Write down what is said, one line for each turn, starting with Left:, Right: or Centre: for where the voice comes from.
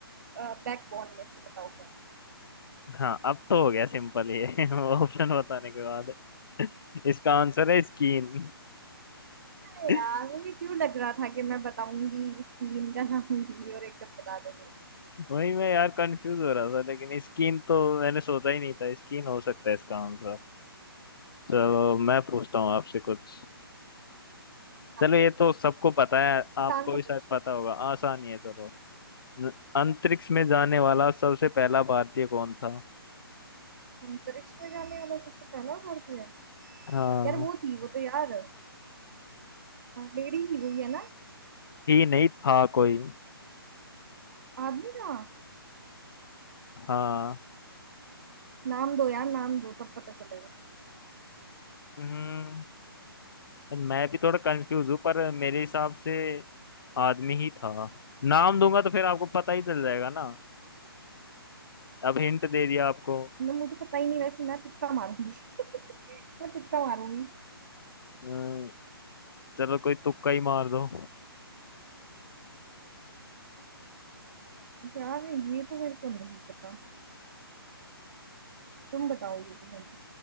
Right: बैकबोन में से बताओ क्या
Left: हाँ अब तो हो गया सिंपल ये <laughs> ऑप्शन बताने के बाद इसका आंसर है स्कीन
Right: अरे
Left: <laughs>
Right: यार मुझे क्यों लग रहा था कि मैं बताऊंगी स्किन का नाम लूंगी और एकदम बता दोगे
Left: वही मैं यार कंफ्यूज हो रहा था लेकिन स्कीन तो मैंने सोचा ही नहीं था स्कीन हो सकता है इसका आंसर चलो
Right: हाँ
Left: मैं पूछता हूँ आपसे कुछ
Right: हाँ,
Left: चलो ये तो सबको पता है आपको
Right: आसान सा
Left: भी शायद
Right: पूछना
Left: पता होगा आसान ही है चलो न- अंतरिक्ष में जाने वाला सबसे पहला भारतीय कौन था
Right: अंतरिक्ष में जाने वाला सबसे पहला भारतीय है?
Left: हाँ
Right: यार वो थी वो तो यार लेडी थी वो ही है ना
Left: ही नहीं था कोई
Right: आदमी था
Left: हाँ
Right: नाम दो यार नाम दो तब पता चलेगा
Left: हम्म मैं भी थोड़ा कंफ्यूज हूँ पर मेरे हिसाब से आदमी ही था नाम दूंगा तो फिर आपको पता ही चल जाएगा ना अब हिंट दे दिया आपको
Right: ना मुझे पता ही नहीं वैसे मैं तुक्का मारूंगी <laughs> मैं तुक्का मारूंगी
Left: अम्म, चलो कोई तुक्का ही मार दो
Right: यार ये तो मेरे को नहीं पता तुम बताओ ये तो मुझे